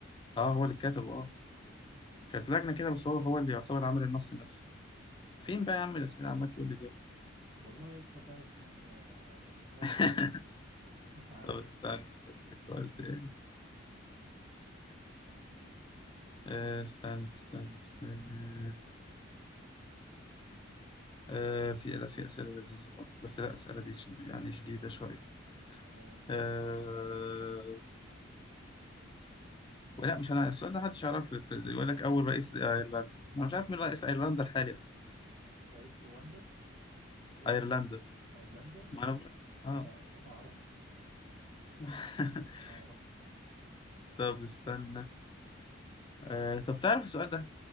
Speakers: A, on the left (about 25°); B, on the right (about 30°).
A: اه هو اللي كتبه اه كانت لجنه كده بس هو هو اللي يعتبر عامل النص نفسه
B: اوكي
A: فين بقى يا عم الاسئله عمال تقول لي جاهز
B: والله يا اسطى تاهت مني آه، بشوفها
A: <laughs>
B: لك اهوت <laughs> معلش
A: طب استنى
B: بقى
A: اشوف لك سؤال تاني آه، استنى استنى استنى آه، في لا في اسئله لذيذه برضه. بس لا اسئله دي شد- يعني شديده شويه
B: آه،
A: أه... ولا مش انا السؤال ده محدش يعرفه في- يقول لك اول رئيس لايرلندا انا مش عارف مين رئيس ايرلندا الحالي اصلا
B: رئيس رواندا ايه
A: ايرلندا
B: يا عم ايرلندا
A: ما انا بقول اه
B: لا <laughs> ما اعرفش
A: <laughs>
B: ما اعرفش
A: طب استنى أه... طب تعرف السؤال ده